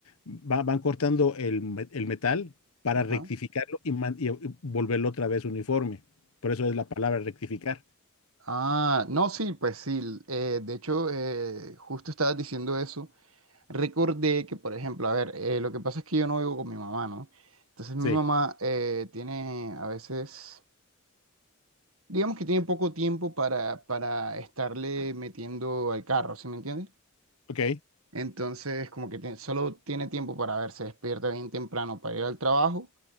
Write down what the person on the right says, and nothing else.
ajá.
Ah, no, sí, pues sí. l- eh, de hecho, eh, justo estabas diciendo eso. Recordé que, por ejemplo, a ver, eh, lo que pasa es que yo no vivo con mi mamá, ¿no? Entonces mi
mamá eh, tiene a veces, digamos que tiene poco tiempo para, para estarle metiendo al carro, ¿sí me entiendes?
Entonces, como que tiene- solo tiene tiempo para ver, se despierta bien temprano para ir al trabajo